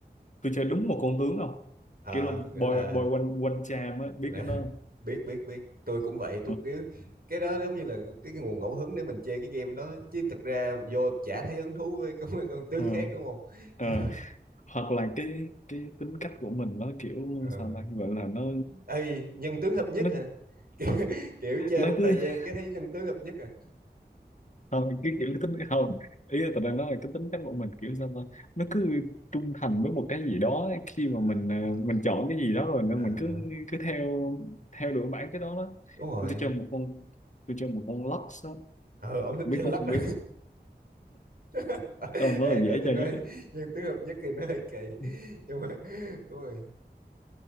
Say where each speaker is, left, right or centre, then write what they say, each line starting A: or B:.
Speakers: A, on the left; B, on the right.
A: tôi chơi đúng một con tướng không
B: ờ
A: kiểu là
B: nghĩa
A: bồi
B: là
A: bồi quanh quanh chàm á biết
B: là
A: cái đó không
B: <laughs> biết biết biết tôi cũng vậy tôi
A: Ờ,
B: cứ cái đó giống như là cái, cái nguồn ngẫu hứng để mình chơi cái game đó chứ thực ra vô chả thấy hứng thú với con, con tướng
A: ờ,
B: khác đúng không <laughs>
A: ờ.
B: kiểu
A: hoặc là cái cái tính cách của mình nó kiểu
B: ờ
A: sao ta gọi là nó
B: ê nhân tướng hợp nhất
A: nó
B: hả <laughs> kiểu, kiểu chơi
A: nó
B: một
A: cứ
B: thời gian cái thấy nhân tướng hợp nhất à
A: không cái kiểu cái tính không ý là tao đang nói là cái tính cán bộ mình kiểu sao ta nó cứ trung thành với một cái gì đó khi
B: Ờ,
A: mà mình à, mình chọn cái gì đó rồi nên
B: ờ,
A: mình cứ cứ theo theo đuổi bản cái đó đó
B: đúng rồi
A: tôi chơi một con tôi chơi một con Lux á
B: ờ ông thích
A: biết
B: chơi lắc
A: không
B: à.
A: biết
B: <laughs>
A: con nó
B: ê
A: là
B: nãy
A: dễ
B: tôi
A: chơi
B: nói
A: nhất á.
B: nhân tướng hợp nhất thì nó hơi kỳ
A: <coughs>
B: nhưng mà đúng rồi